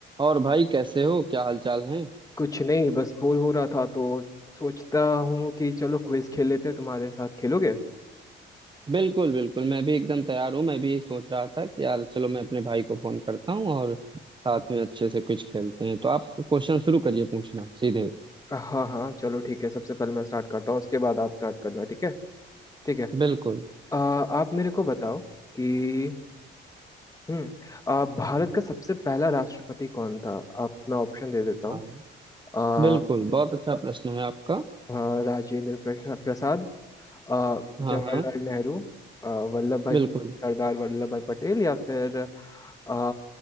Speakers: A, on the right (about 25°); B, on the left (about 15°).
A: और भाई कैसे हो क्या हाल चाल है
B: कुछ नहीं बस बोर हो रहा था तो सोचता हूँ कि चलो क्विज खेल लेते हैं तुम्हारे साथ खेलोगे
A: बिल्कुल बिल्कुल मैं भी एकदम तैयार हूँ मैं भी यही सोच रहा था कि यार चलो मैं अपने भाई को फोन करता हूँ और साथ में अच्छे से कुछ खेलते हैं तो आप क्वेश्चन शुरू करिए पूछना सीधे
B: हाँ हाँ चलो ठीक है सबसे पहले मैं स्टार्ट करता हूँ उसके बाद आप स्टार्ट करना ठीक है ठीक है
A: बिल्कुल
B: अ, आप मेरे को बताओ कि हम्म अ, भारत का सबसे पहला राष्ट्रपति कौन था आप मैं ऑप्शन दे देता हूँ
A: हाँ
B: अ,
A: बिल्कुल बहुत अच्छा प्रश्न है आपका
B: अ, राजेंद्र प्रसा- प्रसाद अ,
A: हाँ
B: जवाहरलाल
A: हाँ
B: नेहरू अ, वल्लभ भाई
A: बिल्कुल
B: सरदार वल्लभ भाई पटेल या फिर अ,